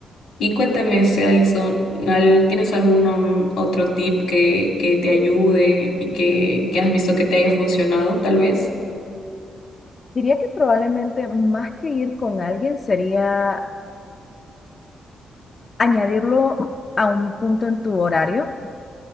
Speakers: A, on the left (about 85°); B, on the left (about 40°).
A: Y cuéntame, este, Alison, ¿al- ¿tienes algún um, otro tip que, que te ayude y que, que has visto que te haya funcionado, tal vez?
B: Diría que probablemente más que ir con alguien sería añadirlo a un punto en tu horario